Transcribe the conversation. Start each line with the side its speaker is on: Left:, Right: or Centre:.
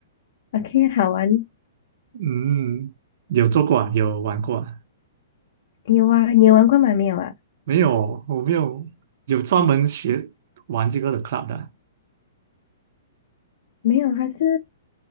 Left: OK 好玩。
Right: 嗯，有做过啊，有玩过啊，
Left: 你有啊？你有玩过吗？没有啊？
Right: 没有，我没有有专门学玩这个的 club 的啊
Left: 没有，它是。